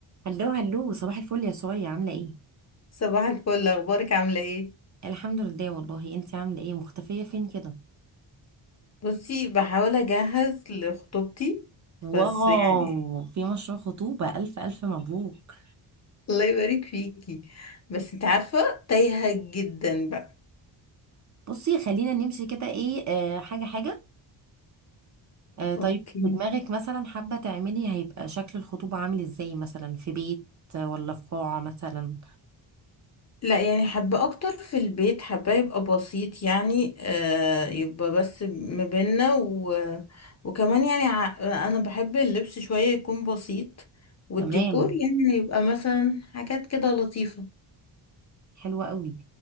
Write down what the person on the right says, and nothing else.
هلو هلو صباح الفل يا سوريا عاملة ايه؟
الحمد لله والله انتي عاملة ايه مختفية فين كده؟
واو
في مشروع خطوبة ألف ألف مبروك
بصي خلينا نمشي كده ايه آه حاجة حاجة آه طيب
في دماغك مثلا حابة تعملي هيبقى شكل الخطوبة عامل ازاي مثلا في بيت آه، ولا في قاعة مثلا
تمام
حلوة قوي